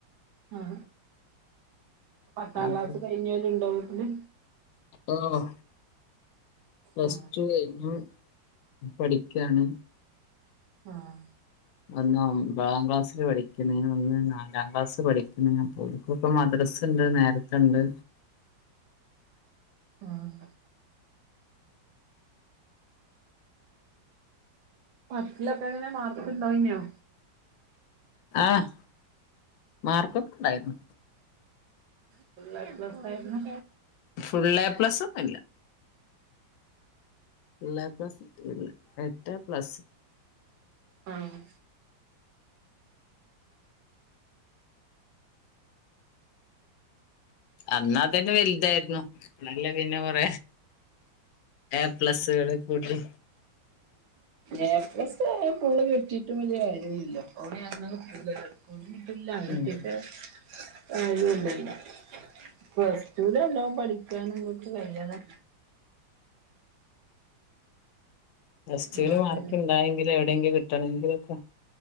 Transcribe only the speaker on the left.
അപ്പൊ
ഓഹ് പ്ലസ്
ടു കഴിഞ്ഞു പഠിക്കയാണ്
ഒന്ന് ഒമ്പതാം ക്ലാസ്സിൽ പഠിക്കുന്ന ഒന്ന് നാലാം ക്ലാസ് പഠിക്കുന്നാ പോലും ഇപ്പ മദ്രസ്ണ്ട് നേരത്ത ഉണ്ട്
ആഹ് മാർക്കൊക്കെ ണ്ടായിരുന്നു
ഫുൾ എ പ്ലസ്സന്നുല്ല <unintelligible> പ്ലസ് എട്ട് എ പ്ലസ്
അന്നതന്നെ വലുതായിരുന്നു ഇപ്പളല്ലേ പിന്നെ കൊറ എ പ്ലസ്സുകള കൂട്ടി
ഉം
പ്ലസ്ടു
മാർക്ക് ഉണ്ടായെങ്കിൽ എവിടെയെങ്കിലും കിട്ടണങ്കിലൊക്കെ